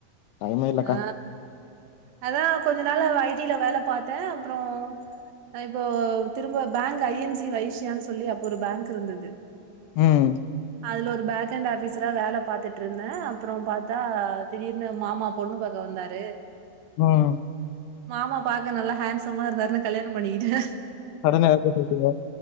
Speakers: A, on the left; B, on the right.
A: டைமே இல்லக்கா.
B: ஆ அதா கொஞ்ச நாளா ஐடியில வேல பாத்தே அப்றோ இப்போ திரும்ப பேங்க் ஐஎன்ஜி வைசியானு சொல்லி அப்போ ஒரு பேங்க் இருந்தது
A: ம்
B: அதுல ஒரு பேக்ஹண்ட் ஆஃபீஸரா வேல பாத்துட்டு இருந்த அப்றோ பாத்தா திடீர்னு மாமா பொண்ணு பாக்க வ வந்தாரு
A: ம்
B: ஆமா பாக்க நல்லா ஹேண்ட்சமா இருந்தாரு கல்யாணம் பண்ணிக்கிட்டேன்
A: சடனா யார்ட்ட சொல்ட்டீங்க?